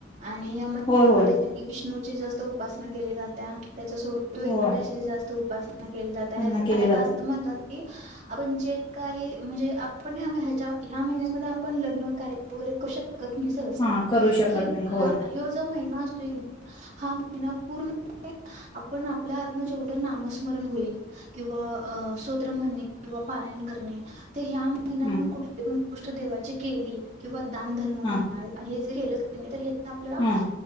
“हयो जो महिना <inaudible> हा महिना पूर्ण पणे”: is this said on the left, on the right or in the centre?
Right